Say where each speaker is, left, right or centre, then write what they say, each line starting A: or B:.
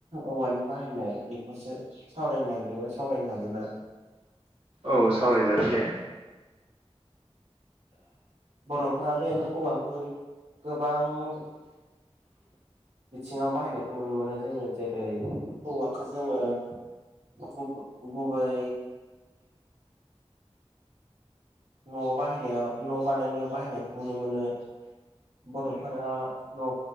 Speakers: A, on the right; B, on the right.
A: औवानि बाहायनाय बेखौसो सावरायनो नागिरदोंमोन। सावरायनो हागोन ना?
B: औ सावरायजागोन दे।
A: बर'फोरा बेे औवाखौ गोबां बिथिङाव बाहायनायखौ नुनो मोनो जोङो जेरै हौवाखौ जोङो गु गुबै न'आव बाहायनायाव न' बानायनायाव बाहायनायखौ नुनो मोनो। बड'फोरा न'